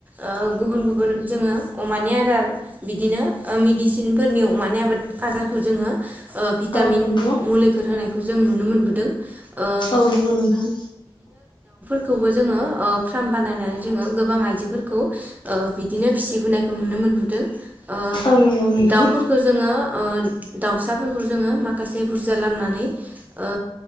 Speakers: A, on the right; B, on the left.
A: ओ गुबुन गुबुन जोङो अमानि आदार बिदिनो मेडिसिनफोरनि अमानि आबाद आदारखौ जोङो ओ‌ भिटामिन
B: औ नंगौ
A: मुलिफोर होनाय जों नुनो मोनबोदों। ओ
B: औ नोंगौ नोंथां।
A: खौबो जोङो फार्म बानायनानै जोङो गोबां आइजोफोरखौ ओ बिदिनो फिबोनायखौ नुनो मोनबोदों ओ
B: औ नंगौ नोंथां
A: दाउफोरखौ जोङो ओ दाउसाफोरखौ जोङो माखासे बुरजा लामनानै ओ